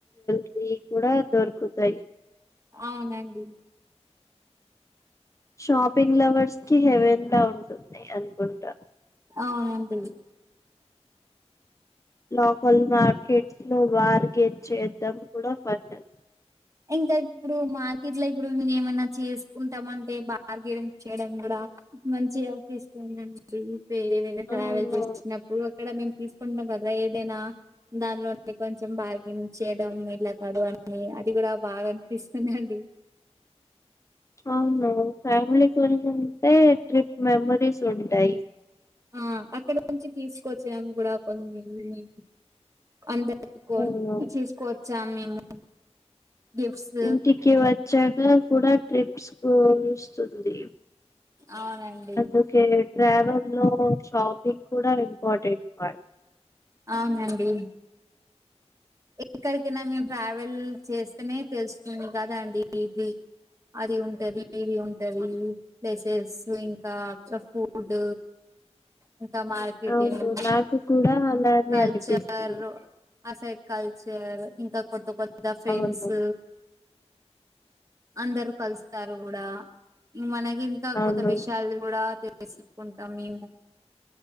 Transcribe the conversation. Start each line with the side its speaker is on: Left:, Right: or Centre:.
Left: వెయ్యికి కూడా దొరుకుతయి.
Right: అవునండి.
Left: షాపింగ్ లవర్స్కి హెవెన్లా ఉంటుంది అనుకుంటా.
Right: అవునండి.
Left: లోకల్ మార్కెట్స్ లో బార్గెన్ చేద్దాం కూడా ఫన్ అం
Right: ఇంకా ఇప్పుడు మార్కెట్లో ఇప్పుడు మేము ఏమైనా చేసుకుంటము అంటే బార్గెన్ చేయడం కూడా మంచిగా అనిపిస్తుందండి వేరే వేరే ట్రావెల్
Left: అవును
Right: చేసినప్పుడు. అక్కడ మేం తీసుకుంటం కదా ఏదైనా దానిలో నుండి కొంచెం బార్గెనింగ్ చేయడం ఇలా కాదు అని అ ది కూడ బాగా అనిపిస్తుందండి.
Left: అవును ఫ్యామిలీతోని ఉంటే ట్రిప్ మెమరీస్ ఉంటయి.
Right: ఆ అక్కడ నుంచి తీసుకొచ్చాము కూడా కొన్ని <inaudible> అందరి కి
Left: అవును
Right: కొని తీసుకోవచ్చాము మేము. గిఫ్ట్స్
Left: ఇంటికి వచ్చాక కూడా ట్రిప్స్ కు <inaudible> స్తుంది.
Right: అవునండి
Left: దుకే ట్రావెల్లో షాపింగ్ కూడ ఇంపార్టెంట్ పాయింట్
Right: అవునండి ఎక్కడికైనా మేం ట్రావెల్ చేస్తేనే తెలుస్తుంది కదాండి ఇది అది ఉంటది ఇది ఉంటది ప్లేసెస్ ఇంకా ఫూడ్ ఇంక మార్ కెటింగ్
Left: అవును నాకు కూడా అలానే
Right: కల్చర్
Left: అనిపిస్తుంది
Right: ఆ సైడ్ కల్చర్ ఇంక కొత్త కొత్త ఫ్రెండ్స్
Left: అవును
Right: అందరు కలుస్తారు గూడా ఇం మనకింకా
Left: అవును
Right: కొత్త విషయాలు కూడా తెల్ సుకుంటామేమో